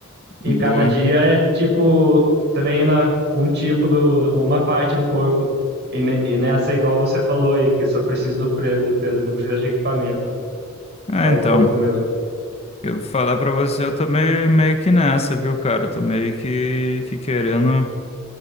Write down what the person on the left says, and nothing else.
boa.
É,
então,
eu vou falar pra você, eu tô meio, meio que nessa, viu, cara? Tô meio que, que querendo